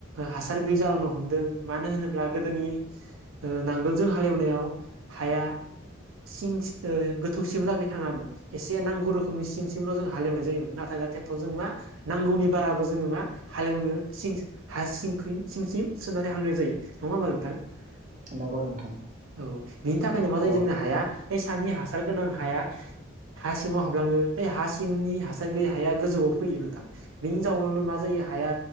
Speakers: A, on the right (about 85°); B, on the right (about 40°).
A: हासार गैयै जालांनो हमदों मानो होनोब्ला गोदोनि नांगोलजों हालेवनायाव हाया सिं ओ गोथौसिमलागै थाङामोन एसे नांगौ रोखोमनि सिंसिमल' जों हालेवनाय जायोमोन नाथाय दा ट्रेक्टर जों मा नांगौनि बाराबो जोङो मा हालेवनो सिं हा सिं-सिं-सिम सोनानै हालेवनाय जायो नङा होमबा नोंथां। औ
B: नंगौ नोंथां
A: बिनि थाखायनो मा जायो
B: औ
A: जोंनो हाया हानि हासार गोनां हाया हा सिङाव हाबलाङो ओइ हा सिंनि हासार गैयै हाया गोजौव फैयो नोंथां बेनि जाउनावनो मा जायो हाया